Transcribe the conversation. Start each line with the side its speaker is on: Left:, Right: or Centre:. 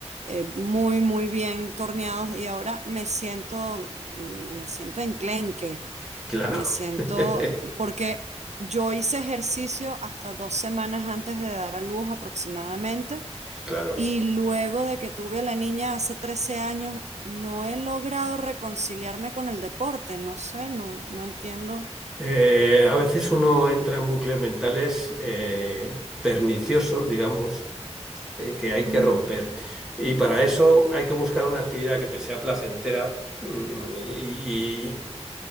Right: eh, muy, muy bien torneados y ahora me siento, mm, me siento enclenque,
Centre: Claro,
Right: me siento,
Centre: <laughs>
Right: porque yo hice ejercicio hasta dos semanas antes de dar a luz aproximadamente
Centre: claro.
Right: y luego de que tuve a la niña hace 13 años, no he logrado reconciliarme con el deporte, no sé, no, no entiendo.
Centre: Eh, a veces uno entra en bucles mentales eh, perniciosos, digamos, eh, que hay
Right: Mm,
Centre: que romper. Y para eso hay que buscar una actividad que te sea placentera. mm, Y,